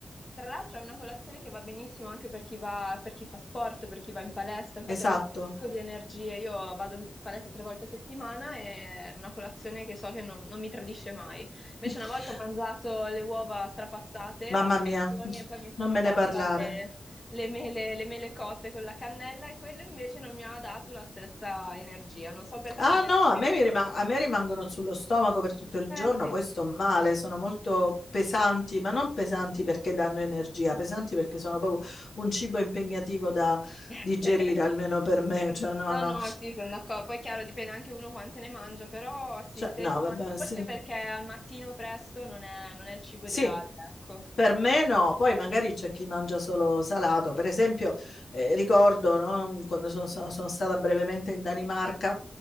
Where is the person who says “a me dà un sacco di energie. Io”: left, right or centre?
Left